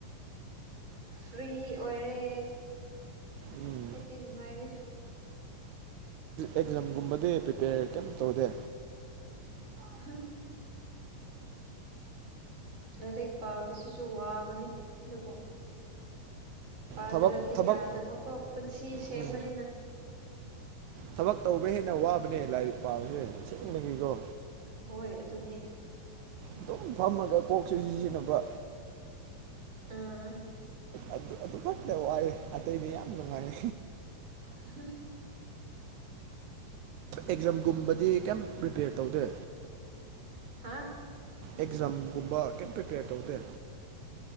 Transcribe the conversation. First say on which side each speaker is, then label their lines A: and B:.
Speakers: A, on the right (about 35°); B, on the right (about 70°).
A: ꯐ꯭ꯔꯤ ꯑꯣꯏꯔꯦ
B: ꯎꯝ
A: ꯍꯣꯏꯗꯤ ꯅꯨꯡꯉꯥꯏꯔꯦ
B: ꯑꯦꯛꯖꯥꯝꯒꯨꯝꯕꯗꯤ ꯄ꯭ꯔꯤꯄꯦꯌꯔ ꯀꯩꯝ ꯇꯧꯗꯦ
A: ꯍꯝ ꯂꯥꯏꯔꯤꯛ ꯄꯥꯕꯁꯤꯁꯨ ꯋꯥꯕꯅꯤ ꯑꯗꯨꯕꯨ ꯄꯥꯗ꯭ꯔꯗꯤ
B: ꯊꯕꯛ ꯊꯕꯛ
A: ꯌꯥꯗꯕꯀꯣ ꯄꯨꯟꯁꯤ ꯁꯦꯝꯕꯅꯤꯅ
B: ꯎꯝ ꯊꯕꯛ ꯇꯧꯕ ꯍꯦꯟꯅ ꯋꯥꯕꯅꯦ ꯂꯥꯏꯔꯤꯛ ꯄꯥꯕꯁꯦ ꯁꯦꯡꯕꯒꯤꯀꯣ
A: ꯍꯣꯏ ꯑꯗꯨꯅꯦ
B: ꯑꯗꯨꯝ ꯐꯝꯃꯒ ꯀꯣꯛꯁꯨ ꯁꯤꯖꯤꯟꯅꯕ
A: ꯎꯝ
B: ꯑꯗꯨ ꯑꯗꯨ ꯈꯛꯇ ꯋꯥꯏꯑꯦ ꯑꯇꯩꯗꯤ ꯌꯥꯝ ꯅꯨꯡꯉꯥꯏ
A: ꯍ
B: ꯑꯦꯛꯖꯥꯝꯒꯨꯝꯕꯗꯤ ꯀꯩꯝ ꯄ꯭ꯔꯤꯄꯦꯌꯔ ꯇꯧꯗꯦ
A: ꯍꯥ
B: ꯑꯦꯛꯖꯥꯝꯒꯨꯝꯕ ꯀꯩꯝ ꯄ꯭ꯔꯤꯄꯦꯌꯔ ꯇꯧꯗꯦ